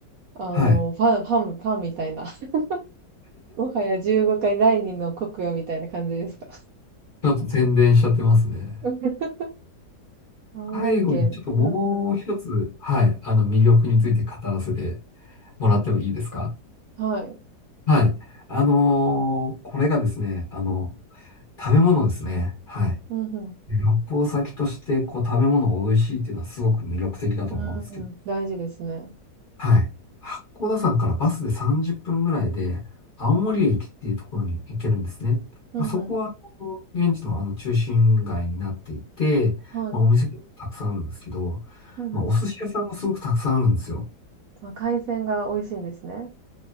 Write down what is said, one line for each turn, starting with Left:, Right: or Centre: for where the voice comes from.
Right: あの、
Left: はい。
Right: ファン、ファン、ファンみたいな。<laughs> もはや15回第2の国よみたいな感じですか。
Left: ちょっと宣伝しちゃってますね。
Right: <laughs> 香り券。
Left: 最後にちょっともう一つ、
Right: うんうん。
Left: はい、あの魅力について語らせてもらってもいいですか
Right: はい。
Left: はい。あのーこれがですね、あの、食べ物ですね。はい。
Right: うんうん。
Left: 旅行先として、こう、食べ物を美味しいっていうのはすごく魅力的だと思うんですけど。
Right: うんうん。大事ですね。
Left: はい。八甲田山からバスで30分ぐらいで、青森駅っていうところに行けるんですね。
Right: うんうん。
Left: まあ、そこは、こう現地のあの中心街になっていて、
Right: はい。
Left: まあ、お店がたくさんあるんですけど、
Right: うんうん。
Left: まあ、お寿司屋さんがすごくたくさんあるんですよ。
Right: まあ、海鮮が美味しいんですね。